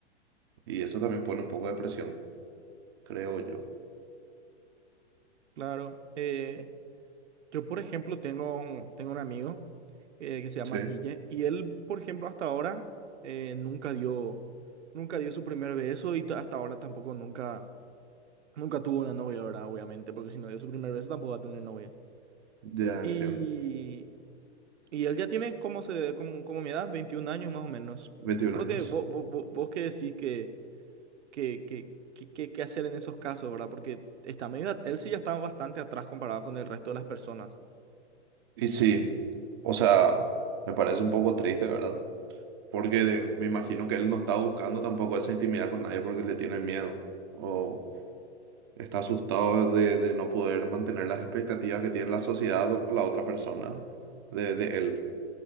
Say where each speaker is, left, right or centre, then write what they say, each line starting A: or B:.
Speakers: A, on the right; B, on the right.
A: Y eso también pone un poco de presión, creo yo.
B: Claro. eh, Yo, por ejemplo, tengo un, tengo un amigo eh, que se llama
A: Sí,
B: Guille y él, por ejemplo, hasta ahora eh, nunca dio, nunca dio su primer beso y ta- hasta ahora tampoco nunca, nunca tuvo una novia, ¿verdad? Obviamente, porque si no dio su primer beso tampoco va a tener novia.
A: ya
B: Y,
A: entiendo.
B: y él ya tiene como, se, como, como mi edad, 21 años más o menos.
A: veintiún
B: Y yo creo
A: años.
B: que vos, vos, vos, vos qué decís que, que, que, que, que- qué hacer en esos casos, ¿verdad? Porque está medio, at- él sí ya está bastante atrás comparado con el resto de las personas.
A: Y sí, o sea, me parece un poco triste, ¿verdad? Porque de- me imagino que él no está buscando tampoco esa intimidad con nadie porque le tiene miedo o está asustado de, de no poder mantener las expectativas que tiene la sociedad o la otra persona de de él.